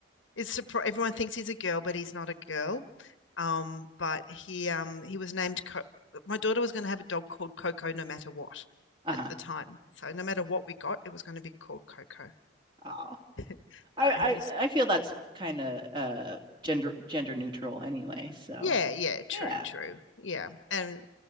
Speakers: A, on the left; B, on the right.
A: is surprised. Everyone thinks he's a girl, but he's not a girl. Um, but he um he was named Co- my daughter was going to have a dog called Coco no matter what
B: Uh-huh.
A: at the time. So no matter what we got, it was going to be called Coco.
B: Oh,
A: <laughs>
B: I,
A: so he's
B: I, I feel that's kind of uh gender gender neutral anyway, so.
A: yeah, yeah, true,
B: Yeah.
A: true. Yeah. And